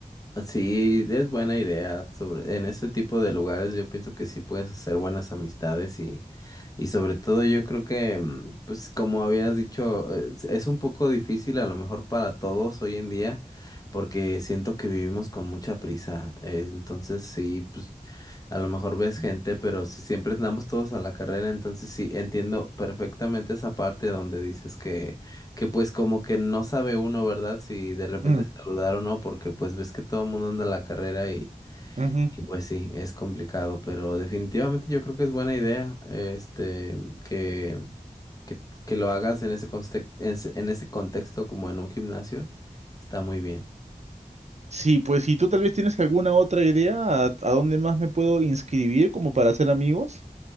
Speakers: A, on the left; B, on the right.
A: Sí, es buena idea. Sobre, en ese tipo de lugares yo pienso que sí puedes hacer buenas amistades y Y sobre todo yo creo que, mm, pues como habías dicho, eh, es es un poco difícil a lo mejor para todos hoy en día, porque siento que vivimos con mucha prisa. eh, entonces sí, pues a lo mejor ves gente, pero si siempre andamos todos a la carrera, entonces sí, entiendo perfectamente esa parte donde dices que, que pues como que no sabe uno, ¿verdad? Si de repente
B: Mm,
A: saludar o no, porque pues ves que todo el mundo anda a la carrera y...
B: ujú.
A: Y pues sí, es complicado, pero definitivamente yo creo que es buena idea, este, que, que, que lo hagas en ese, conste- en ese en ese contexto como en un gimnasio. Está muy bien.
B: Sí, pues si tú tal vez tienes alguna otra idea a, a dónde más me puedo inscribir como para hacer amigos.